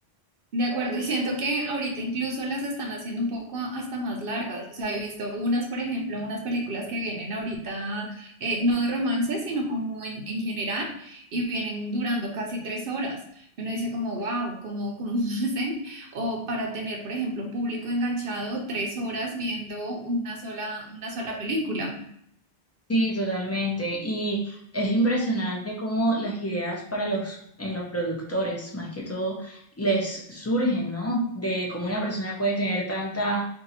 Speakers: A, on the right (about 60°); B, on the left (about 20°).
A: De acuerdo, y siento que ahorita incluso las están haciendo un poco hasta más largas. O sea, he visto unas, por ejemplo, unas películas que vienen ahorita, eh, no de romance, sino como en, en general, y vienen durando casi tres horas. Y Uno dice como, wow, ¿cómo, cómo <laughs> lo hacen? O para tener, por ejemplo, un público enganchado tres horas viendo una sola, una sola película.
B: Sí, totalmente. Y es impresionante cómo las ideas para los, en los productores, más que todo, les surgen, ¿no? De cómo una persona puede tener tanta